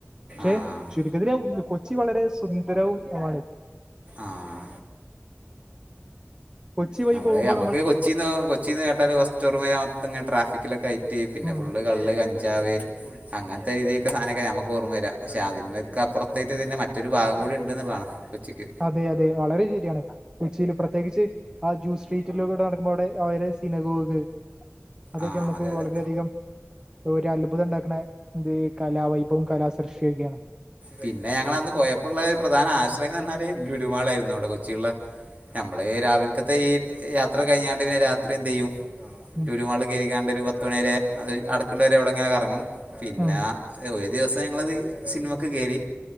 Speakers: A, on the right; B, on the right.
A: ക്ഷെ
B: ആ
A: ചുരുക്കത്തില് ഞാൻ കൊച്ചി വളരെ സുന്ദരവും ആണ്.
B: ആഹ്
A: കൊച്ചി വഴി
B: നമ്മള്
A: പോകുമ്പോ
B: നമ്മക്ക് കൊച്ചിന്ന് കൊ- ച്ചിന്ന് കേട്ടാല് ഫസ്റ്റ് ഓർമ വര മൊത്തംങ്ങെനെ ട്രാഫിക്കിലൊക്കെ ആയിറ്റ് പിന്നെ
A: ഉം
B: ഫുള്ള് കള്ള് കഞ്ചാവ്. അങ്ങൻത്തെ രീതിലൊക്കെ സാധനൊക്കെ നമക്ക് ഓർമ്മ വര. പക്ഷെ അതിനൊക്കപ്പറത്തേറ്റ് പിന്നെ മറ്റൊരു ഭാഗം
A: ഉം
B: കൂടി ഉണ്ട് ന്നുള്ളതാണ്. ഒച്ചിക്ക്.
A: അതെ അതെ വളരെ ശരിയാണ്. കൊച്ചിയിൽ പ്രത്യേകിച്ച്,. ആ ജൂസ് സ്ട്രീറ്റിലുക്കൂടെ നടക്കുമ്പോ അവിടെ അവരെ സിനഗോക്ക്. അതൊക്കെ
B: ആ
A: നമ്മക്ക്
B: അതെ അതെ
A: വളരെയധികം. ഒരു അത്ഭുതം ഉണ്ടാക്ണ എന്ത് കലാവൈബും കലാ സൃഷ്ടിയൊക്കെയാണ്.
B: പിന്നെ ഞങ്ങൾ അന്ന് പോയപ്പോുള്ള പ്രധാന ആശ്രയം എന്ന് പറഞ്ഞാല് ലുലുമാള ആയിരുന്നു അവിടെ കൊച്ചിയുള്ളെ നമ്മള് രാവിലക്കത്തെ ഈ യാത്ര കഴിഞ്ഞാണ്ട് പിന്നെ രാത്രി എന്ത് ചെയ്യും.
A: ഉം
B: ലുലുമാളില് കയറിക്കാണ്ട് ഒരു പത്ത് മണി വരെത് അടക്കണ്ട വരെ അവിടെ ഇങ്ങനെ കറങ്ങും പിന്നെ.
A: ഉം
B: ഒരു ദിവസം ഞങ്ങളത് സിനിമക്ക് കേറി.